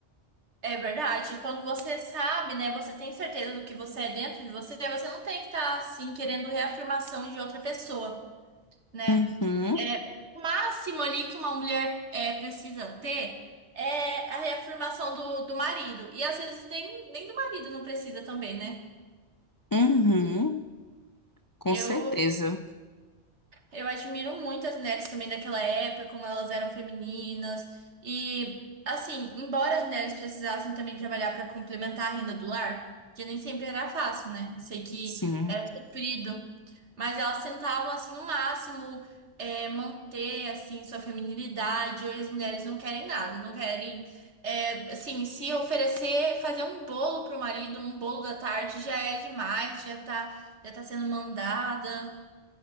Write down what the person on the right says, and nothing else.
É verdade. E Quando você sabe, né, você tem certeza do que você é dentro de você, você não tem que estar assim querendo reafirmação de outra pessoa, né?
É, o máximo ali que uma mulher é, precisa ter é a reafirmação do, do marido. E às vezes nem, nem do marido não precisa também, né?
Eu,
eu admiro muito as mulheres também daquela época, como elas eram femininas. E, assim, embora as mulheres precisassem também trabalhar para complementar a renda do lar, que nem sempre era fácil, né? Eu sei que
era sofrido. Mas elas tentavam, assim, o máximo é, manter, assim, sua feminilidade. Hoje as mulheres não querem nada, não querem, é, assim, se oferecer, fazer um bolo pro marido, um bolo da tarde já é demais, já tá, já tá sendo mandada.